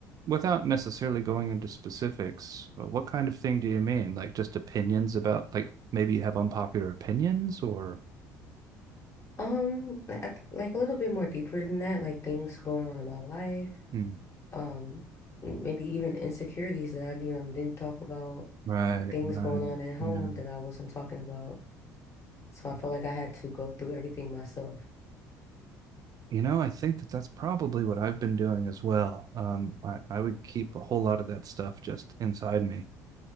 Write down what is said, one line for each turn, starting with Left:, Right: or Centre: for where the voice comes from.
Right: without necessarily going into specifics, uh, what kind of thing do you mean? Like just opinions about, like maybe you have unpopular opinions or
Left: Um, I- I- like a little bit more deeper than that, like things going on in my life.
Right: Mm.
Left: Um, maybe even insecurities that I, you know, didn't talk about
Right: Right,
Left: things
Right: right.
Left: going on at home
Right: Yeah.
Left: that I wasn't talking about. So I felt like I had to go through everything myself.
Right: You know, I think that that's probably what I've been doing as well. Um, I, I would keep a whole lot of that stuff just inside me,